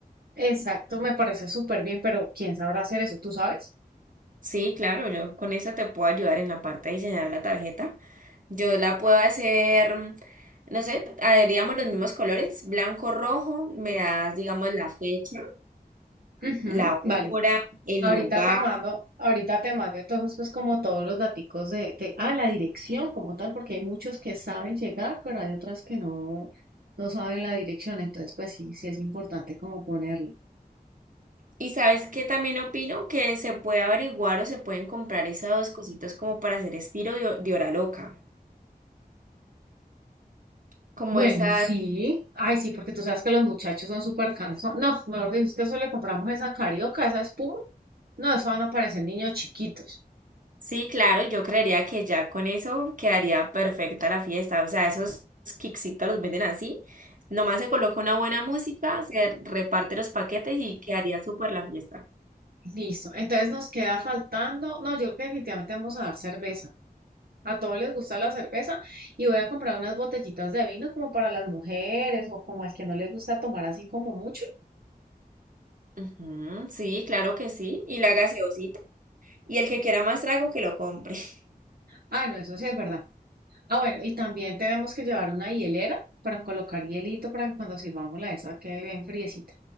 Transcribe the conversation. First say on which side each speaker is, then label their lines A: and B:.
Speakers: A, on the right; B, on the right.
A: exacto, me parece súper bien, pero ¿quién sabrá hacer eso? ¿Tú sabes?
B: Sí, claro, yo con eso te puedo ayudar en la parte de diseñar la tarjeta. Yo la puedo hacer, mm, no sé, haríamos los mismos colores, blanco, rojo, me das, digamos, la fecha,
A: Ujú,
B: la
A: vale.
B: hora, el
A: Ahorita
B: lugar.
A: te mando, ahorita te mando entonces pues como todos los daticos de, de, ah, la dirección como tal, porque hay muchos que saben llegar, pero hay otras que no, no saben la dirección, entonces pues sí, sí es importante como ponerlo.
B: Y sabes que también opino que se puede averiguar o se pueden comprar esas dos cositas como para hacer estilo de, de hora loca. Como
A: Bueno,
B: esas,
A: sí, ay sí, porque tú sabes que los muchachos son súper cansados. No, mejor dicho, es que eso le compramos esa carioca, esa espuma. No, eso van a parecer niños chiquitos.
B: sí, claro, yo creería que ya con eso quedaría perfecta la fiesta. O sea, esos kicksitos los venden así. Nomás se coloca una buena música, se reparte los paquetes y quedaría súper la fiesta.
A: Listo, entonces nos queda faltando, no, yo creo que definitivamente vamos a dar cerveza. A todos les gusta la cerveza y voy a comprar unas botellitas de vino como para las mujeres o como al que no le gusta tomar así como mucho.
B: Ujú, sí, claro que sí. Y la gaseosita. Y el que quiera más trago, que lo compre. <laughs>
A: Ah, no, eso sí es verdad. Ah, bueno, y también tenemos que llevar una hielera para colocar hielito para que cuando sirvamos la esa quede bien friecita.